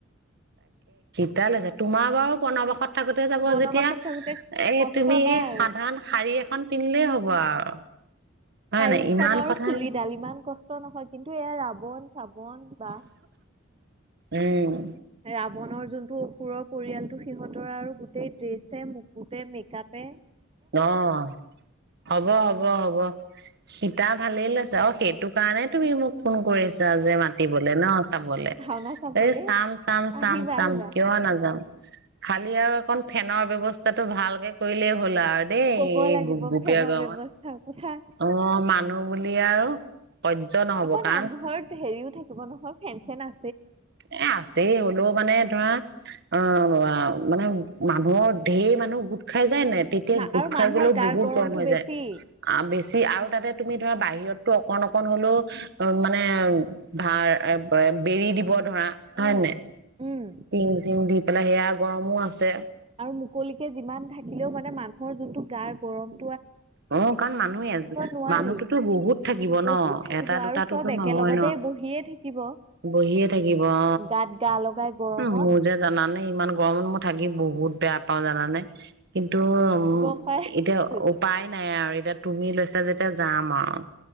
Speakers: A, on the right (about 55°); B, on the right (about 30°).
A: ভাল হৈছে তোমাৰ বাৰু কণবাসত থাকোতে যাব
B: বনবাসত
A: যেতিয়া এ
B: থাকোতে কষ্ট
A: তুমি
B: নাই
A: এই
B: আৰু
A: সাধাৰণ শাৰী এখন পিন্ধিলেই হ'ব আৰু। হয়
B: শাৰীখন
A: নাই ইমান
B: আৰু
A: কথা
B: চুলিডাল
A: নাই
B: ইমান কষ্ট নহয় কিন্তু এয়া ৰাব বন চাবন বা
A: উম
B: ৰা বনৰ যোনটো অসুৰৰ পৰিয়ালটো সিহঁতৰ আৰু গোটেই ড্ৰেছে মুকুটে মেক আপে
A: অহ, হ'ব, হ'ব, হ'ব। সীতা ভালেই লৈছে অহ, সেইটো কাৰণে তুমি মোক ফোন কৰিছ যে মাতিবলে ন' চাবলে
B: ভাওনা চাবলে
A: এই চাম, চাম,
B: আহিবা
A: চাম, চাম,
B: আহিবা
A: কিয় নাযাম। খালি আৰু অকন ফেনৰ ব্যৱস্থাটো ভালকে কৰিলে হ'ল আ দেই
B: কব
A: এই
B: লাগিব
A: গোপিয়
B: ফেনৰ
A: গাঁৱত
B: ব্যৱস্থাৰ কথা
A: অ', মানুহ বুলি আৰু সহ্য নহব
B: আকৌ
A: কাৰণ
B: নামঘৰত হেৰিও থাকিব নহয় ফেন হেনা
A: এ আছেই হ'লেও মানে ধৰা অ', মানে মানুহৰ ঢেৰ মানুহ গোট খাই যায় নাই তেতিয়া
B: মা-
A: গোট
B: আৰু
A: খাই
B: মানুহৰ
A: গ'লেও
B: গাৰ
A: বহুত
B: গৰমটো
A: গৰম হৈ
B: বেছি
A: যায় আ, বেছি ছি আৰু তাতে তুমি ধৰা বাহিৰতটো অকন অকন হ'লেও মানে ভাৰ বেৰি দিব ধৰা
B: অ
A: হয়নে
B: উম
A: টিং চিং দি পেলাই সেয়া গৰমো আছে।
B: আৰু মুকলিকে যিমান থাকিলেও মানে মানুহৰ যোনটো গাৰ গৰম
A: অ কাৰণ মানুহে
B: নোৱাৰি
A: মানুহটোতো বহুত থাকিব
B: বহুত
A: ন
B: থাকিব
A: এটা দুটাতোতো
B: আৰু চব একেলগতে
A: নহয় ন
B: বহিয়ে থাকিব
A: বহিয়ে থাকিব অ
B: গাত গা লগাই গৰমত
A: উ মোৰ যে জানানে ইমান গৰম মই থাকি বহুত বেয়া পাওঁ জানানে কিন্তু
B: গম পাইছো
A: ত এতিয়া পাই নাই আৰু এতিয়া তুমি লৈছা যেতিয়া যাম আৰু